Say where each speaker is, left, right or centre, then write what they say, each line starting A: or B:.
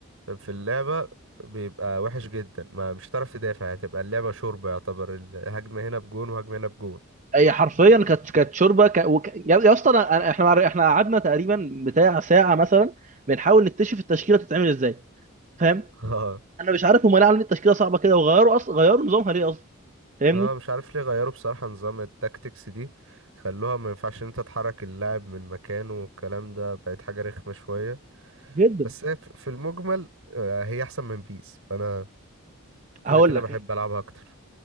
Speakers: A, on the right; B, on the right.
A: في اللعبة بيبقى وحش جدا ما مش هتعرف تدافع هتبقى اللعبة شوربة يعتبر الهجمة هنا بجون وهجمة هنا بجون
B: هي حرفيا كانت كانت شوربه ك... وك... يا يا اسطى أنا... أنا- احنا مع- احنا قعدنا تقريبا بتاع ساعه مثلا بنحاول نكتشف التشكيله تتعمل ازاي فاهم
A: <laughs> اه
B: انا مش عارف هم ليه عاملين التشكيله صعبه كده وغيروا اصلا غيروا نظامها ليه اصلا فاهمني
A: اه مش عارف ليه غيروا بصراحة نظام التاكتكس دي خلوها ما ينفعش ان انت تحرك اللاعب من مكانه والكلام ده بقت حاجة رخمة شوية
B: جدا
A: بس هي في في المجمل آه، هي احسن من بيس فانا كده
B: هقول
A: كده
B: لك
A: بحب العبها اكتر